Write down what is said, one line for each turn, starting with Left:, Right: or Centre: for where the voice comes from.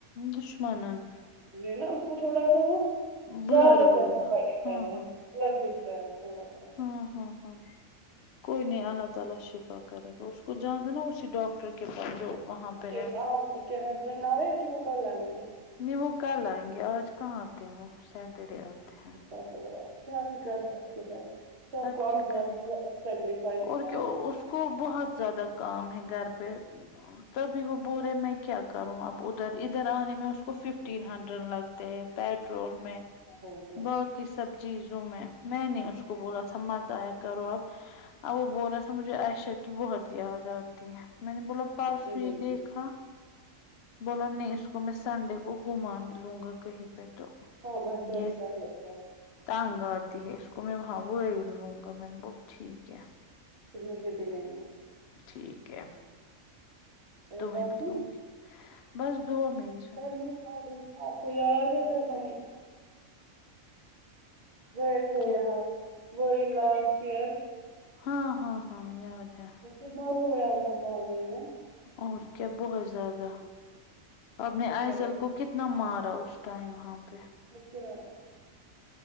Left: دشمنن
Right: یہ نا اس کو تھوڑا سا وہ
Left: بلا
Right: زد
Left: رہا ہوگا
Right: گا <unintelligible>
Left: ہاں
Right: ہے
Left: ہاں
Right: بلر دکھ رہا ہے تھوڑا سا
Left: ہاں ہاں ہاں کوئی نہیں اللہ تعالی شفا کرے گا اس کو جہاں تھا نا اسی ڈاکٹر سے کے پاس جاؤ وہاں
Right: اس
Left: پہ
Right: نے
Left: ہے
Right: کہا آپ کے ہسبینڈ آئے کہ وہ کل آئیں گے
Left: نہیں وہ کل آئیں گے آج کہاں آتے ہیں وہ سیٹرڈے آتے ہیں
Right: ستردے تو کیا ہی کر سکتے ہیں سب
Left: اب
Right: کو اپنینی
Left: کیا کریں
Right: سیکریفائس
Left: اور
Right: ہے
Left: کیا
Right: نا
Left: اس کو بہت زیادہ کام ہے گھر پہ تبھی وہ بول رہے میں کیا کروں اب ادھر ادھر آنے میں اس کو ففٹین ہنڈرینڈ لگ پیٹرول میں
Right: ہوگا
Left: باقی سب چیزوں میں میں نہیں اس کو بولا اچھا مت ایا کرو اپ اور وہ بول رہا تھا مجھے عشہ کی بہت یاد آتی ہے میں نے بولا پرسو
Right: ہوتی
Left: ہی
Right: ہوگی
Left: دیکھا بولا نہیں اس کو میں سنڈے کو گھمانے لوں گا کہیں پہ تو
Right: ہاں بچا
Left: یہ
Right: بھی تو پہلے ہو جایے
Left: تنگ آتی ہے اس کو میں وہاں وہی لوں گا میں نے بول ٹھیک ہے
Right: پھر مجھے بھی لینیوں
Left: ٹھیک ہے
Right: اور
Left: تو میں
Right: باقی
Left: بھی لوں گی بس دو مز
Right: جرمنی ہو گئی آپ کو یاد ہے جرمنی گئے تھے
Left: کیا
Right: یہاں وہی لاسٹ ایئر
Left: ہاں ہاں ہاں یاد ہے
Right: یہ نرویا میں پاو نا <unintelligible>
Left: اور کیا بہت زیادہ آ پ نے
Right: تو
Left: آئزل
Right: جب
Left: کو کتنے نہ مارا اس ٹائم وہاں پہ
Right: <unintelligible>